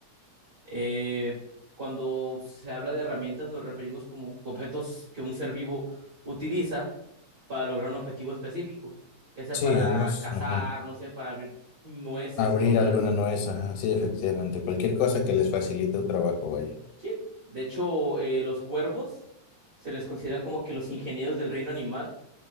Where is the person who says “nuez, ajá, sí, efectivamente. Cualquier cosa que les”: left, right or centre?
Left